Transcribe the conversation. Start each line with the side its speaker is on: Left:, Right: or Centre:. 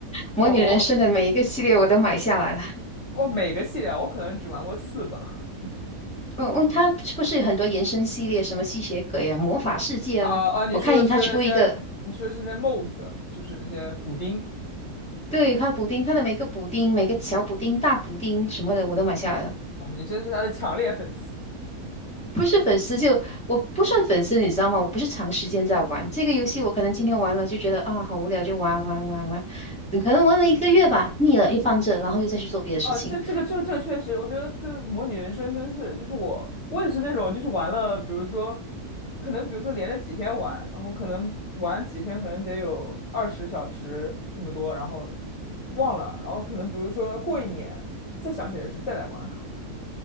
Left: 我我
Centre: 模拟人生的每一个系列我都买下来了。
Left: 我每个系列啊我可能只玩过四吧。
Centre: 嗯嗯，它是不是有很多延伸系列，什么吸血鬼啊、魔法世界啊？
Left: 啊啊！你说的是那些，
Centre: 我看它出一个，
Left: 你说的是那帽子，就是那些补丁。
Centre: 对，它补丁，它的每个补丁、每个小补丁、大补丁什么的，我都买下来了。
Left: 哦，你真是他的强烈粉丝。
Centre: 不是粉丝就我不算粉丝，你知道吗？我不是长时间在玩这个游戏，我可能今天玩了就觉得啊好无聊，就玩玩玩玩，嗯可能玩了一个月吧，腻了又放着，然后又再去做别的事情。
Left: 啊！这这个这个这个确实，我觉得这模拟人生真是，就是我我也是那种，就是玩了，比如说，可能比如说连着几天玩，然后可能玩几天，可能得有二十小时这么多，然后忘了，然后可能比如说过一年再想起来是再来玩。<laughs>